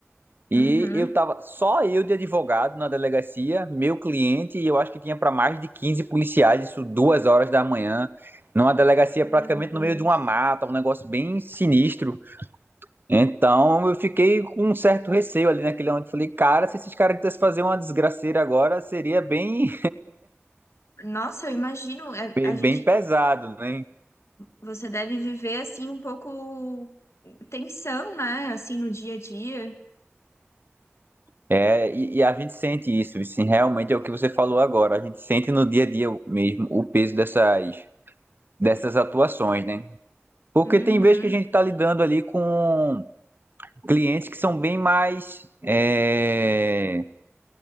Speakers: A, on the right (about 45°); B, on the left (about 70°).
A: E
B: uhum.
A: eu tava só eu de advogado na delegacia, meu cliente, e eu acho que tinha para mais de 15 policiais, isso duas horas da manhã, numa delegacia
B: Meu
A: praticamente
B: Deus.
A: no meio de uma mata, um negócio bem sinistro. Então eu fiquei com um certo receio ali naquele momento. Falei, cara, se esses caras quisessem fazer uma desgraceira agora, seria bem,
B: Nossa, eu imagino, é,
A: bem
B: a gente
A: bem pesado, né?
B: Você deve viver assim um pouco tensão, né? Assim no dia a dia.
A: É, e, e a gente sente isso, assim, realmente é o que você falou agora, a gente sente no dia a dia mesmo o peso dessas, dessas atuações, né? Porque
B: Uhum.
A: tem vezes que a gente está lidando ali com clientes que são bem mais é,